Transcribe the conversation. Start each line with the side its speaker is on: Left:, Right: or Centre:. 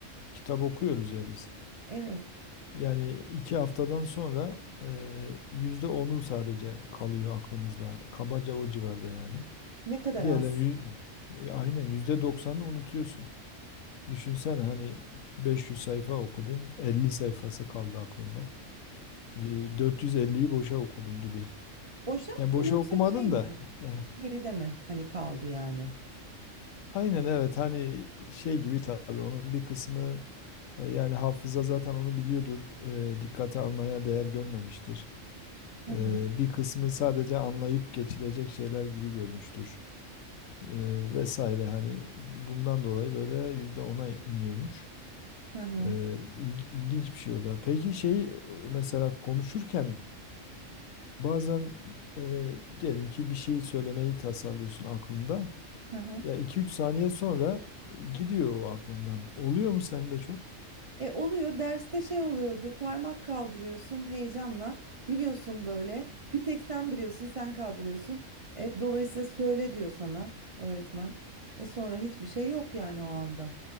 Left: Kitap okuyoruz ya biz.
Right: Evet.
Left: Yani iki haftadan sonra eee yüzde onu sadece kalıyor aklımızda. Kabaca o civarda yani.
Right: Ne kadar
Left: Diğerlerini
Right: az.
Left: yüz, e, aynen yüzde doksanını unutuyorsun. Düşünsene hani 500 sayfa okudun, 50 sayfası kaldı aklında. Y- 450'yi boşa okudun gibi.
Right: Boşa mı
Left: Yani boşa
Right: yoksa
Left: okumadın
Right: şey mi?
Left: da. eh,
Right: Geride mi? Hani kaldı yani.
Left: Aynen evet hani şey gibi tabii onun bir kısmı e, yani hafıza zaten onu biliyordur. e, dikkate almaya değer görmemiştir.
Right: Hı
Left: Eee,
Right: hı.
Left: bir kısmı sadece anlayıp geçilecek şeyler gibi görmüştür Eee, vesaire hani bundan dolayı böyle yüzde ona iniyormuş.
Right: Hı hı.
Left: Eee, il- ilginç bir şey o da. Peki şey mesela konuşurken bazen eee, diyelim ki bir şey söylemeyi tasarlıyorsun aklında.
Right: Hı hı.
Left: Ya iki üç saniye sonra gidiyor o aklından. Oluyor mu sende çok?
Right: E oluyor derste şey oluyordu parmak kaldırıyorsun heyecanla biliyorsun böyle bir tek sen biliyorsun sen kaldırıyorsun. E, dolayısıyla söyle diyor sana öğretmen. E sonra hiçbir şey yok yani o anda.